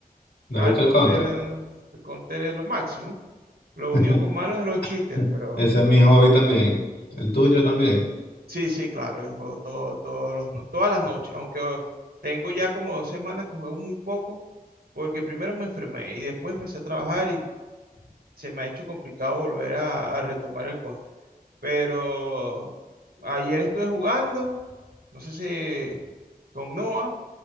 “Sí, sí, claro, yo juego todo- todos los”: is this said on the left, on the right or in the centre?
Right